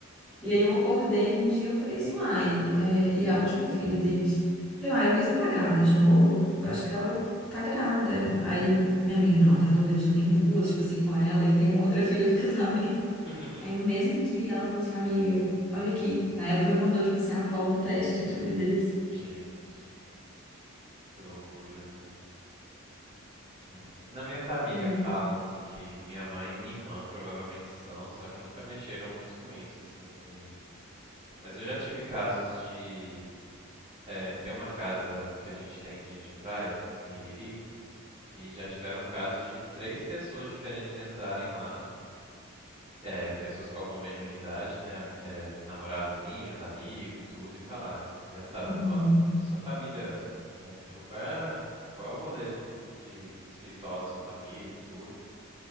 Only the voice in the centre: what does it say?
E aí eu acordei um dia, eu falei assim, uai, é, e a última filha deles. Falei, uai, a Luísa tá grávida de novo? Eu Acho que ela tá grávida. Aí minha amiga, não, tá doida, já tem duas, tipo assim, com ela, e tem uma outra filha do <laughs> casamento.
Aí no mesmo dia ela falou assim, amiga, olha aqui. Aí ela foi e mandou, tipo assim, a foto do teste de gravidez.
É.
Uhum,